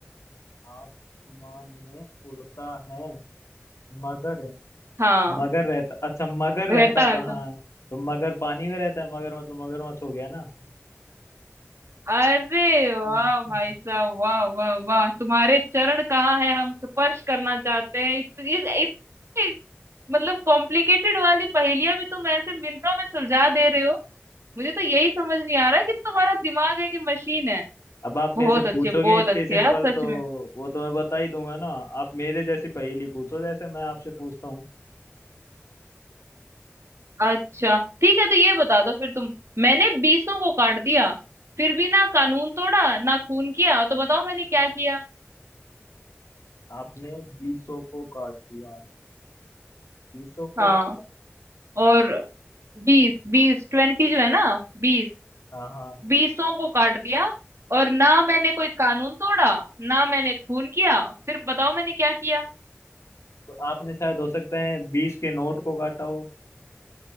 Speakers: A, on the left (about 75°); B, on the right (about 65°).
A: आसमान में उड़ता है मगर
B: हाँ
A: मगर रहता अच्छा मगर
B: रहता
A: रहता कहाँ
B: कहाँ
A: है तो मगर पानी में रहता है मगर मतलब मगरमच्छ हो गया ना
B: अरे वाह
A: हम्म।
B: भाई साहब वाह वाह वाह तुम्हारे चरण कहाँ है हम स्पर्श करना चाहते हैं इत, इत, इतनी मतलब कॉम्प्लिकेटेड वाली पहेलियां भी तुम ऐसे मिनटों में सुलझा दे रहे हो मुझे तो यही समझ नहीं आ रहा कि तुम्हारा दिमाग है कि मशीन है
A: अब आप
B: बहुत
A: मेरे से
B: अच्छे
A: पूछोगे
B: बहुत
A: इतने
B: अच्छे
A: सिंपल
B: यार सच
A: तो
B: में
A: वो तो मैं बता ही दूंगा ना आप मेरे जैसी पहेली पूछो जैसे मैं आपसे पूछता हूँ
B: अच्छा ठीक है तो ये बता दो फिर तुम मैंने बीसों को काट दिया फिर भी ना कानून तोड़ा ना खून किया तो बताओ मैंने क्या किया
A: आपने बीसों को काट दिया है। बीसों को
B: हाँ
A: मतलब
B: और बीस बीस ट्वेंटी जो है ना बीस
A: हाँ हाँ
B: बीसों को काट दिया और ना मैंने कोई कानून तोड़ा ना मैंने खून किया फिर बताओ मैंने क्या किया
A: तो आपने शायद हो सकता है बीस के नोट को काटा हो